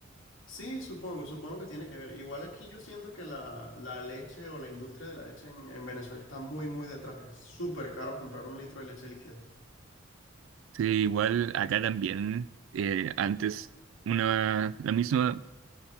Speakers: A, on the left; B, on the right.
A: Sí, supongo, supongo que tiene que ver. Igual aquí yo siento que la, la leche o la industria de la leche en, en Venezuela está muy, muy detrás. Es súper caro comprar un litro de leche líquida.
B: Sí, igual acá también, eh, antes una, la misma...